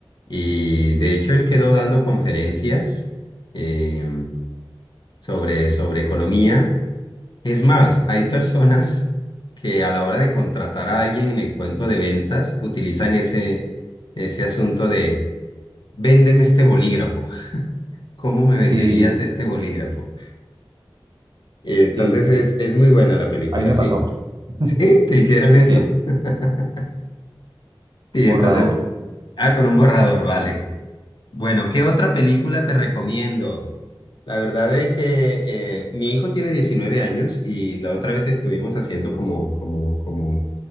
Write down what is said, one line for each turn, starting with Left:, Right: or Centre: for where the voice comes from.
Left: Y de hecho, él quedó dando conferencias eh, sobre, sobre economía. Es más, hay personas que a la hora de contratar a alguien en el cuento de ventas utilizan ese, ese asunto de véndeme este bolígrafo. ¿Cómo me venderías
Right: Sí,
Left: este bolígrafo? Entonces
Right: sí, sí.
Left: es, es muy buena la película,
Right: A mí me
Left: sí.
Right: pasó. <laughs>
Left: ¿Sí? ¿Te hicieron eso?
Right: Sí,
Left: <laughs> Y
Right: borrador.
Left: entonces Ah, con un borrador, vale. Bueno, ¿qué otra película te recomiendo? La verdad es que eh, mi hijo tiene diecinueve años y la otra vez estuvimos haciendo como, como, como